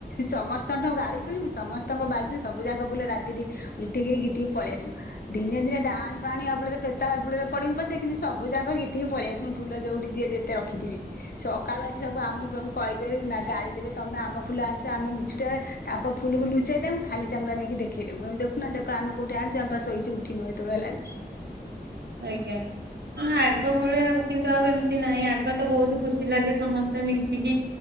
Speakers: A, on the left (about 65°); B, on the right (about 85°).
A: ସମସ୍ତଙ୍କଠୁ ଗାଳି ଏସୁଣି ସମସ୍ତଙ୍କ ବାଡିରୁ ସବୁ ଯାକ ଫୁଲ ରାତିରେ ଉଠିକିରି ଗିଟିକିରି ପଳେଇ ଆସିବୁ। ଦିନେ ଦିନେଡାଣି ପାଣି ଆବୁଡରେ ପେତ ହାବୁଡରେ ପଡିିମୁଁ ପଛେ କିନ୍ତୁ ସବୁ ଯାଙ୍କ ଗୀତିକି ପଳେଇଆସିବୁ ମୁଁ ଫୁଲ ଯୋଉଠି ଯିଏ ସେ ରଖିଥିବେ। ସକାଳୁ ଆସି ସବୁ ଆମକୁ ସବୁ କହିିବ ନା ଗାଳି ଦେବେ ତମେ ଆମ ଫୁଲ ଆଣିଛ ଆମେ ମିଛୁଟାରେ ତାଙ୍କ ଫୁଲକୁ ଲୁଚେଇ ଦେବୁ ଖାଲି ଚାଙ୍ଗୁଡା ନେଇକି ଦେଖେଇ ଦେବୁ ଏମି ଦେଖୁ ଦେଖ ଆମେ କୋଉଠି ଆଣିଚୁ ଆମ ପା ଶୋଇଛୁ ଉଠି ନୁ ଏତେବେ ହେଲାଣି।
B: ଆଜ୍ଞା। ହଁ ଆଗ ଭଳିଆ ଆଉ କିନ୍ତୁ ଆଉ ଏମିତି ନାହିଁ ଆଗ ତ ବୋହୁତ ଖୁସି ଲାଗେ ସମସ୍ତେ ମିଶିକି